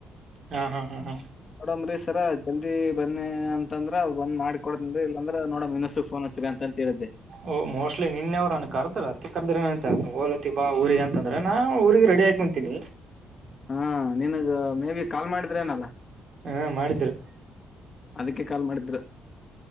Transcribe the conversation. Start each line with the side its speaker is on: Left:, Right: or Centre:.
Right: ಹಾ ಹಾ ಹಾ ಹಾ
Left: ನೋಡಂಬ್ರೀರ ಜಲ್ದಿ ಬನ್ನಿ ಅಂತಂದ್ರ ಬಂದ್ ಮಾಡ್ಕ ಕೊಡ್ತ ಇಲ್ಲಂದ್ರ ನೋಡ ವಿನಸುಫೋನ್ಚ್ರಿ ಅಂತ ಹೇಳಿದ್ದೆ
Right: ಓ ಮೋಸ್ಟ್ ನಿನ್ನೆವರುನ್ ಕರ್ದ ಅತ್ತ ಕರ್ದ್ರ ಅಂತ ಓಲತ್ತತಿ ಬಾ ಊರಿಗೆ ಅಂತಂದ್ರ ನಾ ಊಗರ ಕಡಿ ಹಯಕ ಕುಂತೀನಿ
Left: ಹಾ ನಿನಗ ಮೇ ಬಿ ಕಾಲ್ ಮಾಡಿದ್ರೆ ನಲ್ಲ
Right: ಹಾ ಮಾಡಿದ್ರು
Left: ಅದಕ್ಕೆ ಕಾಲ್ ಮಾಡಿದ್ರ